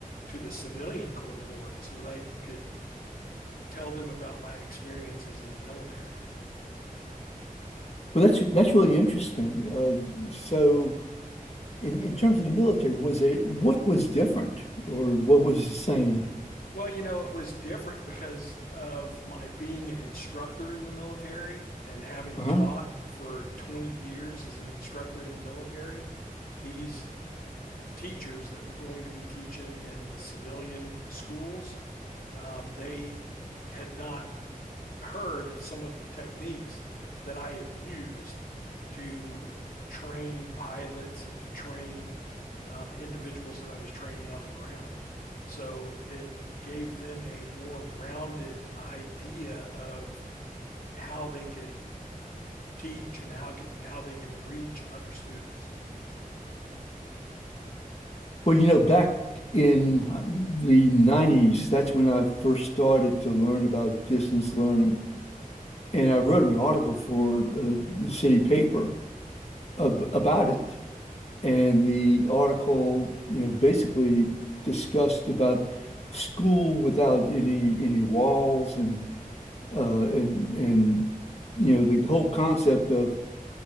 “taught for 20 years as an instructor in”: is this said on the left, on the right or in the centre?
Left